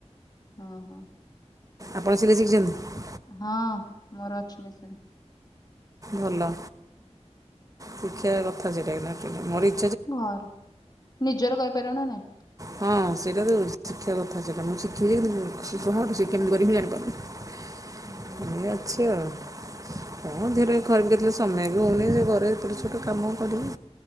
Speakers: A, on the left; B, on the right.
A: ହଁ।
B: ଆପଣ ସିଲେଇ ଶିଖିଛନ୍ତି?
A: ହଁ ମୋର ଅଛି ମେସିନ।
B: ଭଲ ଶିଖିଆ କଥା ସେଟା କିନ୍ତୁ ଆକଚୁଆଲି ମୋର ଇ
A: ବାହାରୁ ନିଜର କହିପାରିବ ନା ନାଇଁ।
B: ହଁ ସେଇଟା ତ ଶିଖିବା କଥା ସେଇଟା ମୁଁ ଶିଖିନି କିନ୍ତୁ କେମିତି କରିବି ଜାଣିପାରୁନି।
A: ହୁଁ
B: ଏ ଅଛି ଆଉ। ହଁ ଧୀରେ ଘରେ ବି କେତେବେଳେ ସମୟ ହଉନି ସେ ଘରେ ଏପଟସେପଟ କାମ କରିକି